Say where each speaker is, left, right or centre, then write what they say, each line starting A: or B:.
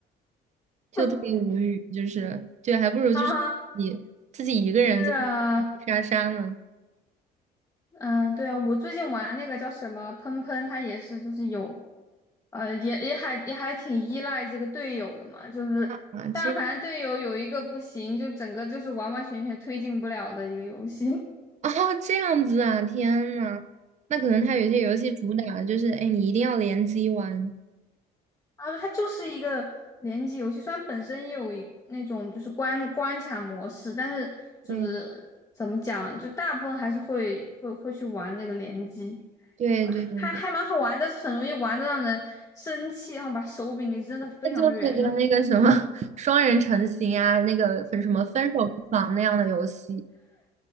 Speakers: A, on the right (about 45°); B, on the left (about 20°).
A: 就特别无语。
B: <laughs>
A: 就是对，还不如就是你自己一个人在
B: 啊，是啊。
A: 杀杀呢。
B: 嗯，对啊，我最近玩那个叫什么喷喷，它也是就是有，呃，也也还也还挺依赖这个队友的嘛，就是但凡队友有一个不行，
A: 啊，这
B: 就整个就是完完全全推进不了的一个游戏。<laughs>
A: 哦这样子啊，天呐，那可能他有些游戏主打的就是哎，你一定要联机玩。
B: 啊，后它就是一个联机游戏，虽然本身也有一那种就是关关卡模式，但是就是怎么讲，
A: 对
B: 就大部分还是会会会去玩那个联机。
A: 对对对对。
B: 还还蛮好玩，但是很容易玩的让人生气，然后把手柄给扔的非常远，
A: 那就是跟那个什么双人成行啊，那个分什么分手厨房那样的游戏。